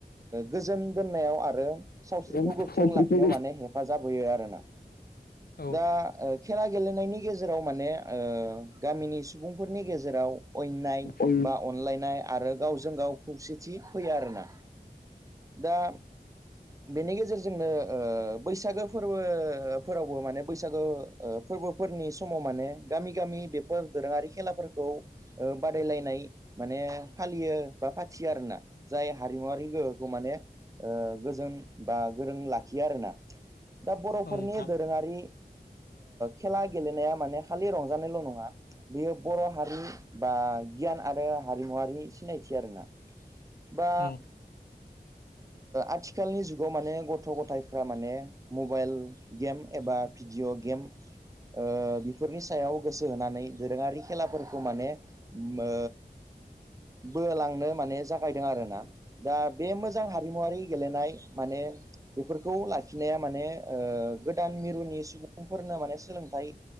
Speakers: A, on the right; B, on the left.
A: गोजोन दोननायाव आरो सावस्रिखौ
B: औ
A: गोख्रों
B: सावस्रिखौ
A: लाखिनायाव माने हेफाजाब होयो आरोना
B: गोसारनायाव
A: दा खेला गेलेनायनि गेजेराव माने ओ गामिनि सुबुंफोरनि गेजेराव नाय
B: अन
A: बा अनलायनाय आरो गावजों गाव खौसेथि फैयो आरोना दा बेनि गेजेरजोंनो ओ बैसागो फोरबो फोरावबो माने बैसागो ओ फोरबोफोरनि समाव माने गामि गामि बे फोर दोरोङारि खेलाफोरखौ ओ बादायलायनाय माने फालियो बा फाथियो आरोना जाय हारिमुवरारि गोहोखौ माने ओ गोजोन बा गोरों लाखियो आरोना दा बर'फोरनि
B: औ नोंथां
A: दोरोङारि खेला गेलेनाया माने खालि रंजानायल' नङा बेयो बर' हारि बा गियान आरो हारिमुवारि सिनायथि आरोना बा
B: औ
A: आथिखालनि जुगाव माने गथ' गथाइफ्रा माने मबाइल गेम एबा भिडिअ' गेम ओ बेफोरनि सायाव गोसो होनानै दोरोङारि खेलाफोरखौ माने ओ बोलांनो माने जागायदों आरोना दा बे मोजां हारिमुवारि गेलेनाय माने बेफोरखौ लाखिनाया ओ माने गोदान मिरुनि सुबुंफोरनो माने सोलोंथाइ